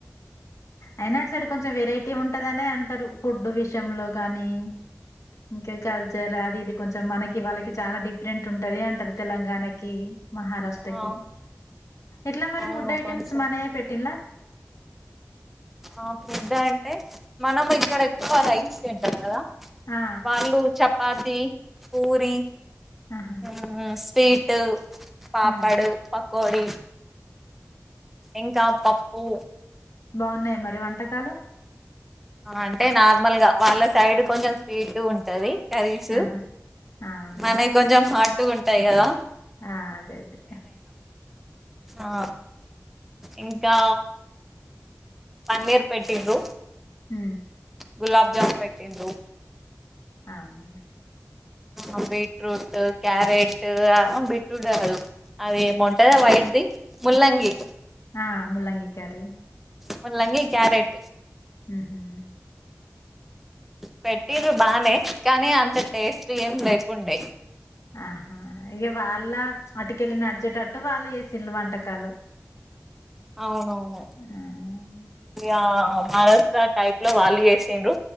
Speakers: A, on the left; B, in the centre.
A: అయినా అటు సడు కొంచెం వెరైటీ ఉంటదనే అంటారు ఫుడ్ విష విషంలో కాగానీ ఇంకా కల్చర్ అది ఇది కొంచెం మనకి వాళ్ళకి చాలా డిఫరెంట్ ఉంటుంది అంటారు తెలంగాణకి మహారాష్ట్రకి
B: ఆ
A: ఎట్లా మరి
B: అవును
A: ఫుడ్ ఐటెమ్స్
B: కొంచెం
A: మనయ పెట్టింలా
B: ఆ ఫుడ్ అంటే మనం ఇక్కడ ఎక్కువ రైస్ తింటం కదా
A: ఆ
B: వాళ్ళు చెప్ప పాతి పూరి
A: ఆహా
B: ఆ వీట్ పాపాడు
A: ఉమ్
B: ప కోడి ఇంకా పప్పు
A: బాగున్నాయి మరి వంటకాలు
B: అంటే నార్మల్గా వాళ్ళ సైడ్ కొంచెం స్వీట్ ఉంటది కరీసు
A: ఆహా అవునా
B: మన కొంచెం హాట్ ఉంటాయిగద
A: ఆ అదే అదే
B: ఆ ఇంకా పన్నీర్ పెట్టి్రు
A: హ
B: గులాబ జామ పెట్టింద
A: అవును
B: ఆ బీట్రూట్ క్యారెట్ ఆ బీట్రూట్ కాదు అది ఏమంటందా వైట్ది ముల్లంగి
A: ఆ ముల్లంగి కర్రీ
B: ముల్ంగి క్యారెట్
A: ఉహు
B: పెట్ట్ర బానే కానీ అంత టేస్ట్ ఏం లేకుండే
A: ఆహా ఇక వాళ్ళ అటుకెళ్ళలిి నడిచేటట్టు వాళ్ళు వేసింళు వంటకాలు
B: అవువు
A: హ్మ్
B: అ మహారాష్ట్ర టైప్ లో వాళ్ళు చేేసిన్రు